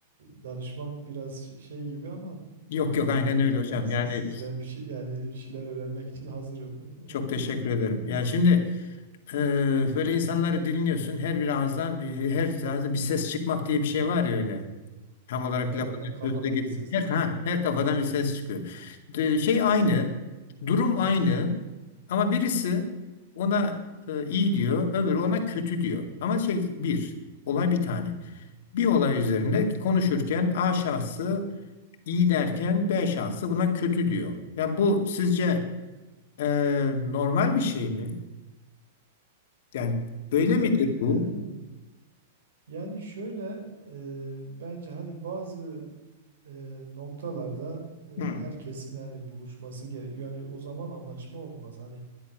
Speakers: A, on the right; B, on the left.
A: e, danışmak biraz ş- şey gibi ama
B: Yok yok
A: e,
B: aynen öyle hocam.
A: ben si-
B: Yani
A: sizden bir şey yani bir şeyler öğrenmek için hazırım. <laughs>
B: çok teşekkür ederim. Yani şimdi e, böyle insanları dinliyorsun. Her bir ağızdan bir, her ağızdan bir ses çıkmak diye bir şey var ya öyle. Tam olarak
A: Evet,
B: lafı
A: ha, kafadan
B: sözü de getir.
A: bir ses
B: Her,
A: çıkıyor.
B: ha, her kafadan bir ses çıkıyor. De- şey aynı, durum aynı ama birisi ona e, iyi diyor, öbürü ona kötü diyor. Ama şey bir, olay bir tane. Bir olay üzerinde konuşurken A şahsı iyi derken B şahsı buna kötü diyor. Ya bu sizce e, normal bir şey mi? Yani böyle
A: Evet,
B: midir
A: yani
B: bu?
A: yani şöyle e, bence hani bazı e, noktalarda e,
B: Hı,
A: herkesin hani buluşması gerekiyor. Yani o zaman anlaşma olmaz. Hani